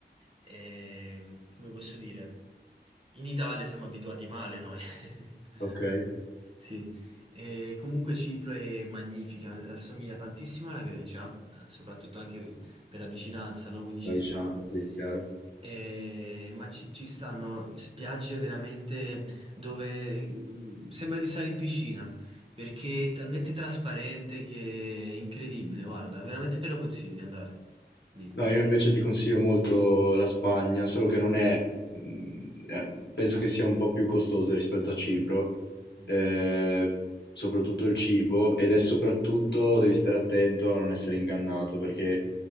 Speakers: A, on the right; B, on the left.
A: ehm, come posso dire, in Italia siamo abituati male noi. <laughs>
B: Ok,
A: Sì, E comunque Cipro è magnifica, assomiglia tantissimo alla Grecia, eh, soprattutto anche per la vicinanza, no? Quindi ci
B: la vicinanza,
A: sta.
B: sì, chiaro.
A: Eh, ma ci, ci stanno spiagge veramente dove mm, sembra di stare in piscina perché è talmente trasparente che è incredibile. Guarda, veramente te lo consiglio di andare lì.
B: No, io invece ti consiglio molto la Spagna, solo che non è, mh, eh, penso che sia un po' più costosa rispetto a Cipro,
A: Mm.
B: ehm, soprattutto il cibo ed è soprattutto devi stare attento a non essere ingannato perché